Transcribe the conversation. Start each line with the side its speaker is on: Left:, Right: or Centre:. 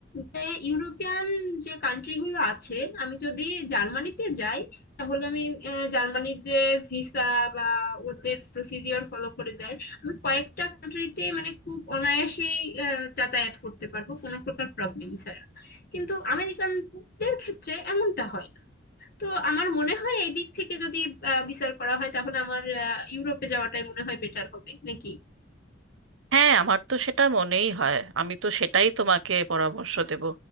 Left: যে ইউরোপিয়ান যে কান্ট্রি গুলো আছে আমি যদি জার্মানিতে যাই তাহলে আমি আহ, জার্মানির যে ভিসা বা ওদের প্রসিজিওর ফলো করে যাই আমি কয়েকটা কান্ট্রিতে মানে খুব অনায়াসেই আহ, যাতায়াত করতে পারবো কোনো প্রকার প্রবলেম ছাড়া কিন্তু আমেরিকানদের ক্ষেত্রে এমনটা হয় না তো আমার মনে হয় এই দিক থেকে যদি আহ, বিচার করা হয় তাহলে আমার আহ, ইউরোপে যাওয়াটাই মনে হয় বেটার হবে নাকি
Right: হ্যাঁ আমার তো সেটা মনেই হয় আমি তো সেটাই তোমাকে পরামর্শ দেব